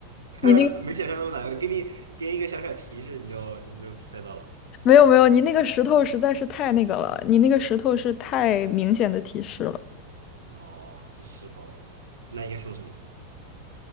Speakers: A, on the right; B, on the left.
A: <laughs>
B: 你那个。
A: 没想象那么难。给你给你一个小小提示，你就你就猜到了。
B: 没有没有，你那个石头实在是太那个了，你那个石头是太明显的提示了。
A: 哦，是石头，那应该说什么？